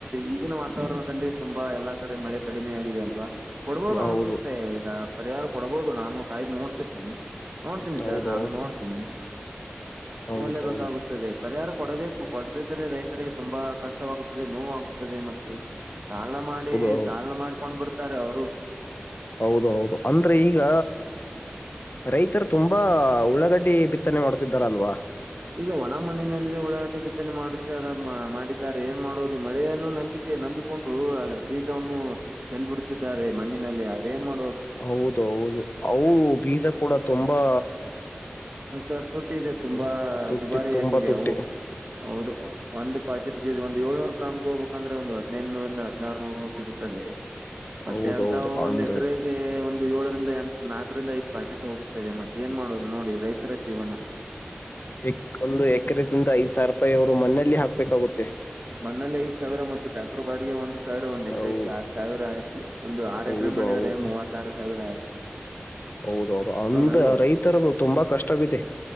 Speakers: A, on the right; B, on the left.
A: ಈಗಿನ ವಾತಾವರಣದಲ್ಲಿ ತುಂಬ ಎಲ್ಲಾ ಕಡೆ ಮಳೆ ಕಡಿಮೆ ಆಗಿದೆ ಅಲ್ವಾ ಕೊಡ್ಬೋದು ಅನಸುತ್ತೆ
B: ಹೌದು
A: ಈಗ ಪರಿಹಾರ ಕೊಡಬಹುದು ನಾನು ಕಾಯ್ದು ನೋಡ್ತಿರ್ತೇನಿ ನೋಡ್ತೀನಿ
B: ಹೌದು
A: ಸರ್ ನಾನು
B: ಹೌದು
A: ನೋಡ್ತೇನೆ.
B: ಹೌದು ಹೌದು
A: ನೋಡ್ಲೇಬೇಕಾಗುತ್ತದೆ
B: ಹೌದು
A: ಪರಿಹಾರ ಕೊಡಬೇಕು. ಕೊಡದಿದ್ರೆ ರೈತರಿಗೆ ತುಂಬಾ ಕಷ್ಟವಾಗುತ್ತದೆ ನೋವಾಗುತ್ತದೆ ಮತ್ತೆ ಸಾಲ ಮಾಡಿ
B: ಹೌದು
A: ಸಾಲ ಮಾಡ್ಕೊಂಡ ಬಿಡ್ತಾರೆ ಅವ್ರು
B: ಹೌದ ಹೌದು ಅಂದ್ರೆ ಈಗ ರೈತರ ತುಂಬಾ ಉಳ್ಳಗಡ್ಡಿ ಬಿತ್ತನೆ ಮಾಡ್ತಿದ್ದಾರಲ್ವಾ.
A: ಈಗ ಒಣ ಮಣ್ಣಿನಲ್ಲಿ ಉಳಾಡ್ಡಿ ಬಿತ್ತನೆ ಮಾಡುತ್ತಾರ ಮಾಡಿದ್ದಾರೆ ಏನ್ ಮಾಡುದು ಮಳೆಯನ್ನು ನಂಬಿ ನಂಬಿಕೊಂಡು ಅದರ ಬೀಜವನ್ನು ಚೆಲ್ಲ ಬಿಡತ್ತಿದ್ದಾರೆ ಮಣ್ಣಿನಲ್ಲಿ ಆದ್ರ ಏನ್ ಮಾ
B: ಹೌದು ಹೌದು ಅವು ಬೀಜ ಕೂಡ ತುಂಬಾ
A: ಹ ಸರ್ ತುಟ್ಟಿದೆ ತುಂಬಾ
B: ಹ್ಮ್, ತುಟ್ಟಿ
A: ದುಬಾರಿ
B: ತುಂಬಾ
A: ಆಗಿದೆ
B: ತುಟ್ಟಿ
A: ಅವು ಹೌದು ಒಂದ ಪಾಕೆಟ್ ಬೀಜ ಒಂದ ಏಳ್ನೂರ ಗ್ರಾಮ್ ತಗೋಬೇಕಂದ್ರೆ ಒಂದು ಹದಿನೈನರಿಂದ ಹದಿನಾರ ನೂರು ಸಿಗುತ್ತದೆ. ಮತ್ತೆ
B: ಹೌದೌದು
A: ಅಂತವ
B: ಅಂದ್ರೆ
A: ಒಂದ್ ಎಕರೆಗೆ ಒಂದು ಏಳರಿಂದ ಎ ನಾಲ್ಕರಿಂದ ಐದು ಪಾಕೆಟ್ ಹೋಗುತ್ತ ಮತ್ತೆ ಏನ್ ಮಾಡೋದು ನೋಡಿ ರೈತರ ಜೀವನ.
B: ಎ ಒಂದ ಎಕರೆದಿಂದ ಐದ್ ಸಾವರಪಾಯಿ ಅವರು ಮಣ್ಣಲ್ಲಿ ಹಾಕ್ಬೇಕಾಗುತ್ತೆ.
A: ಮಣ್ಣಲ್ಲ ಐದ ಸಾವರ ಮತ್ತ ಟ್ರಾಕ್ಟರ್ ಬಾಡಿಗೆ ಒಂದ ಸರ್ ಒಂದ ಎಕರೆಕ
B: ಅವು
A: ಯಾಡ ಸಾವಿರ ಹಾಕಿ ಒಂದು ಆರು
B: ಹೌದು
A: ಎಕರೆ ಮಾಡಿದ್ರೆ
B: ಹೌದು
A: ಮೂವತ್ತಾರ ಸಾವಿರ ಆಯ್ತು.
B: ಹೌದೌದು ಅಂದ
A: ಹೌದಲ್ವಾ
B: ರೈತರದು ತುಂಬಾ ಕಷ್ಟವಿದೆ.